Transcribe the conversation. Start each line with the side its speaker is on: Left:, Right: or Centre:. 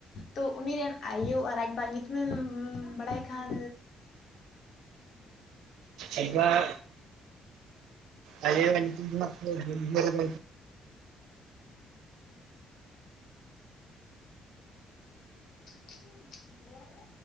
Left: ᱛᱚ ᱩᱱᱤ ᱨᱮᱱ ᱟᱭᱳ ᱟᱨ ᱟᱡᱵᱟ-ᱟ ᱧᱩᱛᱩᱢᱮᱢ ᱵᱟᱲᱟᱭ ᱠᱷᱟᱱ᱾
Right: ᱟᱡᱵᱟ-ᱟ ᱟᱡ ᱟᱭᱳ ᱧᱩᱛᱩᱢ ᱫᱚ ᱦᱟᱸᱜ ᱛᱚ ᱵᱟᱹᱧ ᱩᱭᱦᱟᱨ ᱫᱟ ᱾
Left: <unintelligible>